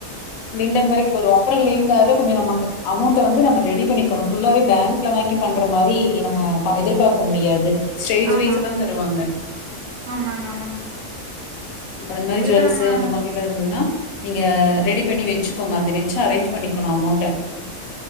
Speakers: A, on the left; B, on the right.
A: லிண்டன் வரைக்கு வருவோ அப்றோ லிண்டாவ கொஞ்ச நமக்கு அமௌண்ட்ட வந்து நம்ம ரெடி பண்ணிக்கனு ஃபுல்லாவே பேங் க்ல வாங்கி பண்ற மாரி நம்ம ப எதிர்பாக்க முடியாது ஸ்டேஜ்
B: ஆமாங்க
A: வைஸா தா தருவாங்க
B: ஆமாங்க ஆமாங்க
A: அப்ப அந் மாரி
B: உங்களுக்கு
A: ஜுவல்ஸு
B: நம்ம
A: அந்த மாரில்லா இருந்தது னா நீங்க ரெடி பண்ணி வெச்சுக்கோங்க அத வெச்சு அரேஞ்ச் பண்ணிக்கனு அமௌண்ட்ட